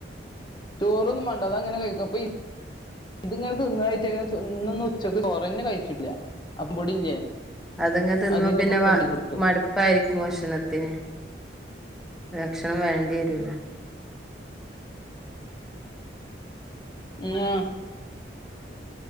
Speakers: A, on the left; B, in the centre.
A: ചോറൊന്നും മാണ്ട അതങ്ങനെ കഴിക്കും അപ്പൊ.. ഇത്ങ്ങനെ തിന്നായിട്ട ഇന്ന് ഉച്ചക്ക് ചോറന്നെ കഴിച്ചില്ല അപ്പൊടില്ലേ.
B: അത് ഇങ്ങനെ തിനുമ്പോ
A: അതിന്റെ
B: പിന്നെ
A: കുറുക്കുണ്ടാക്കി കൊടുത്തു
B: മടു.. പ്പായിരിക്കും ഭക്ഷണത്തിന്. ഭക്ഷണം വേണ്ടിവരുല.
A: ഉം ആഹാ